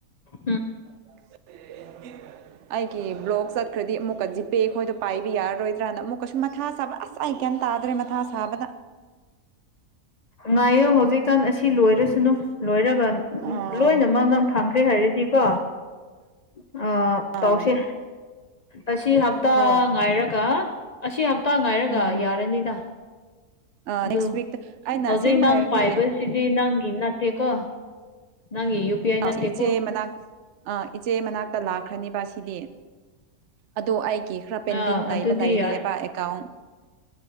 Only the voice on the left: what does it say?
ꯎꯝ
ꯉꯥꯏꯌꯣ ꯍꯧꯖꯤꯛ ꯀꯟ ꯑꯁꯤ ꯂꯣꯏꯔꯁꯅꯨ ꯂꯣꯏꯔꯒ
ꯂꯣꯏꯅꯃꯛ ꯅꯪ ꯐꯪꯈ꯭ꯔꯦ ꯍꯥꯏꯔꯗꯤꯀꯣ ꯑ
ꯇꯧꯁꯦ ꯑꯁꯤ ꯍꯞꯇꯥ
ꯉꯥꯏꯔꯒ ꯑꯁꯤ ꯍꯞꯇꯥ ꯉꯥꯏꯔꯒ
ꯌꯥꯔꯅꯤꯗ
ꯑꯗꯨ
ꯍꯧꯖꯤꯛ
ꯅꯪ
ꯄꯥꯏꯕꯁꯤ ꯅꯪꯒꯤ ꯅꯠꯇꯦꯀꯣ ꯅꯪꯒꯤ ꯌꯨ ꯄꯤ ꯑꯥꯏ
ꯅꯠꯇꯦꯀꯣ
ꯑꯥ
ꯑꯗꯨꯗꯤ
ꯌꯥꯏ